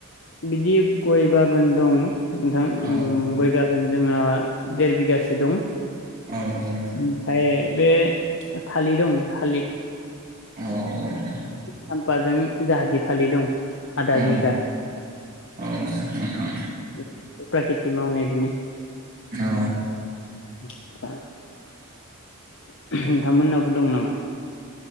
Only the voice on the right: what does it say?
औ
औ औ।
अह।
औ
औ नोंथां
औ